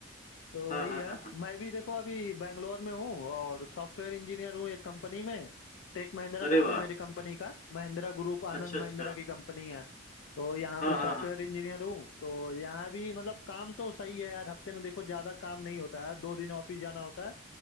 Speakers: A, on the left; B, on the left.
A: तो
B: हाँ
A: वही
B: हाँ हाँ
A: है
B: हाँ हाँ,
A: मैं भी देखो अभी बैंगलोर में हूँ और सॉफ्टवेयर इंजीनियर हूँ एक कंपनी में टेक महिंद्रा
B: अरे
A: नाम
B: वाह
A: है मेरी कंपनी का महिंद्रा ग्रुप आनंद
B: अच्छा अच्छा
A: महिंद्रा की कंपनी है तो यहाँ
B: हाँ
A: पे सॉफ्टवेयर
B: हाँ हाँ
A: इंजीनियर हूँ तो यहाँ भी मतलब काम तो सही है यार हफ्ते में देखो ज्यादा काम नहीं होता है दो दिन ऑफिस जाना होता है